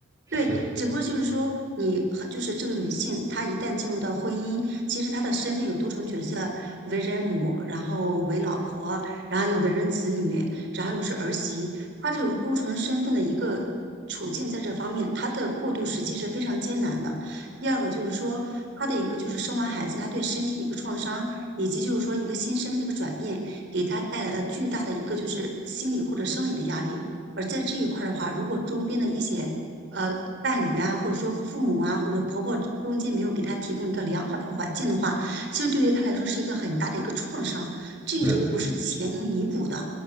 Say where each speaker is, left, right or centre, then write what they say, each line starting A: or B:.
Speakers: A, on the right; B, on the right.
A: 对，
B: 是
A: 只不过就是说你和就是这个女性，她一旦进入到婚姻，其实她的身份有多重角色，为人母，然后为老婆，然后又为人子女，然后又是儿媳。他这种多重身份的一个处境，在这方面，他的过渡时期是非常艰难的。第二个就是说，他的一个就是生完孩子，他对身体的一个创伤，以及就是说一个新身份的一个转变，给他带来了巨大的一个就是心理或者生理的压力。而在这一块儿的话，如果周边的一些呃伴侣啊，或者说父母啊，或者说婆婆中间没有给他提供一个良好的一个环境的话，其实对于他来说是一个很大的一个创伤，这种不是钱能弥补的。
B: 是的，